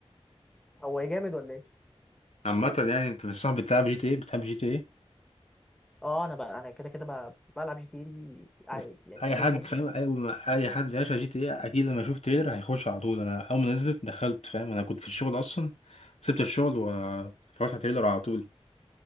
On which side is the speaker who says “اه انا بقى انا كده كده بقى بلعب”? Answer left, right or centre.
Centre